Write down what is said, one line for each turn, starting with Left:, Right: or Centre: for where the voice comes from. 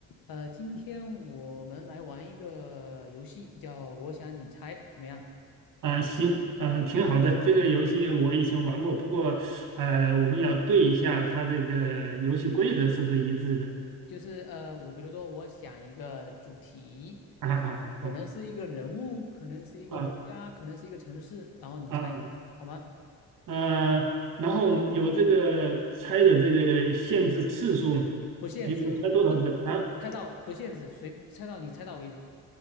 Left: 呃，今天我们来玩一个游戏，叫“我想你猜”，怎么样？
Right: 啊，行，呃，挺好的。这个游戏我以前玩过，不过，呃，我们要对一下它这个游戏规则是不是一致的。
Left: 就是呃，我比如说，我想一个主题，
Right: 啊啊啊
Left: 可能是一个人物，可能是一个国家，
Right: 啊
Left: 可能是一个城市，然后你猜吧，
Right: 啊，
Left: 好吗？
Right: 啊。然后有这个猜的这个限制次数嘛，
Left: 不限制，
Right: 比如猜多少次啊？
Left: 你猜到不限制，随猜到你猜到为止，